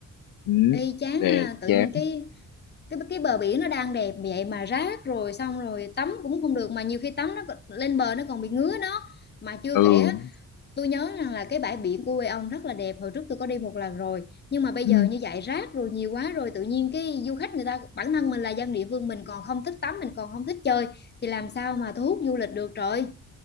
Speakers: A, on the left (about 80°); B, on the left (about 30°).
A: ừ.
B: Ê chán
A: về
B: ha, tự
A: chán
B: nhiên cái cái cái bờ biển nó đang đẹp vậy mà rác rồi xong rồi tắm cũng không được mà nhiều khi tắm nó còn- lên bờ nó còn bị ngứa đó. Mà chưa
A: ừ.
B: kể Tôi nhớ rằng là cái bãi biển của quê ông rất là đẹp, hồi trước tôi có đi một lần rồi. Nhưng mà bây
A: ừ.
B: giờ như vậy rác rồi nhiều quá rồi tự nhiên cái du khách người ta bản thân mình là dân địa phương mình còn không thích tắm, mình còn không thích chơi thì làm sao mà thu hút du lịch được trời.